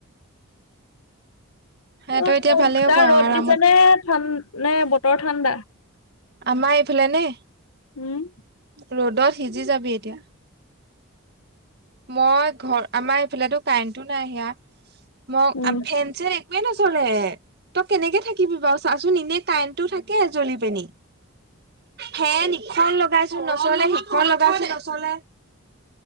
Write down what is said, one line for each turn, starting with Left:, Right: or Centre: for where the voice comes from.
Right: সিহঁতৰ
Left: উ
Right: এতিয়া ভালেই হ'ব
Left: তাৰ ৰ'দ
Right: আৰামত
Left: দিছে নে-ন-নে বতৰ ঠাণ্ডা?
Right: আমাৰ এইফাল নে?
Left: উম।
Right: ৰ'দত সিজি যাবি এতিয়া। মই ঘৰ আমাৰ এইফালো কাৰেণ্টো নাই সিয়া। মোক
Left: উম
Right: ফেন-চেন একোৱে নচলে, তই কেনেকে থাকিবি বাৰু। চাচোন এনে টাইনটো থাকে জ্বলি পেনি ফেন ইখন লগাইছোন নচলে, সিখন লগাইছোন নচলে।